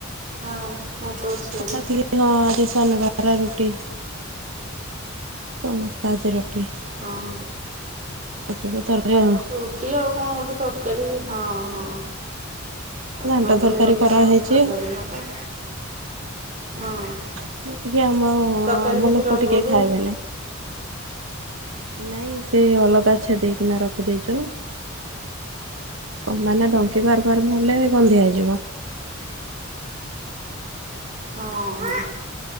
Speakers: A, on the right; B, on the right.
A: ନା ଭାତ ଅଛି
B: <unintelligible>
A: ବୋଲି
B: ହଁ ଆଜି ଶନିବାର ରୁଟି ସମସ୍ତେ ଆଜି ରୁଟି।
A: ହଁ।
B: ରୁଟି କୁ ତରକାରୀ ଆଉ।
A: ରୁଟି ଆଉ କଣ ଗୋଟେ ତରକାରୀ ହଁ ହଁ।
B: ଘାଣ୍ଟ
A: କରିଦେଲେ
B: ତରକାରୀ
A: ଗଲା
B: କରାହେଇଛି।
A: ଆଉ ସାଧା ଦିନ ତ ହଁ।
B: ସେ ଟିକେ ଆମ
A: ତରକାରୀ
B: ଆମ
A: ଯଦି
B: ଲୋକ
A: ରହିବ
B: ଟିକେ
A: ବି
B: ଖାଇବେନି। ନାଇଁ ସେ ଅଲଗା ଅଛା ଦେଇକିନା ରଖିଦେଇଛୁ। କ ମାନେ ଡଙ୍କି ବାରବାର ମାରିଲେ ଗନ୍ଧିଆ ହେଇଯିବ।
A: ହଁ